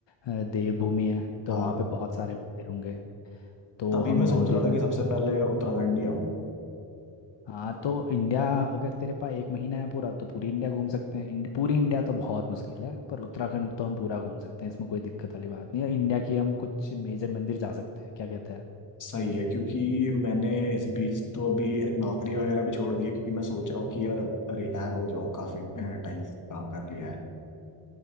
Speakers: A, on the left; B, on the left.
A: अ, देवभूमि है तो
B: हाँ
A: वहाँ पे बहुत सारे मंदिर होंगे तो
B: तभी
A: हम
B: मैं
A: मंदिर
B: सोच रहा था
A: मंदिर
B: कि सबसे पहले उत्तराखंड ही आऊं
A: हाँ तो इंडिया अगर तेरे पास एक महीना है पूरा तो पूरी इंडिया घूम सकते हैं इंड, पूरी इंडिया तो बहुत मुश्किल है पर उत्तराखंड तो हम पूरा घूम सकते हैं इसमें कोई दिक्कत वाली बात नहीं है इंडिया की हम कुछ मेजर मंदिर जा सकते हैं क्या कहते हैं
B: सही है क्योंकि मैंने इस बीच तो अभी नौकरी वगैरह भी छोड़ दी है क्योंकि मैं सोच रहा हूँ कि यार अब रिटायर हो जाऊँ काफी टाइम काम कर लिया है